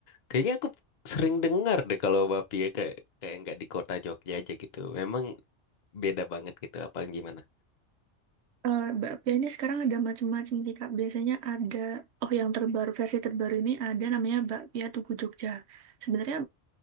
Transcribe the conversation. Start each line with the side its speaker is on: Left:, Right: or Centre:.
Left: kayaknya aku sering dengar deh kalau bapia kayak kayak nggak di kota Jogja aja gitu. Memang beda banget gitu apa gimana?
Right: Eh, bakpia ini sekarang ada macam-macam sih kak. Biasanya ada, oh yang terbaru versi terbaru ini ada namanya bakpia Tugu Jogja. Sebenarnya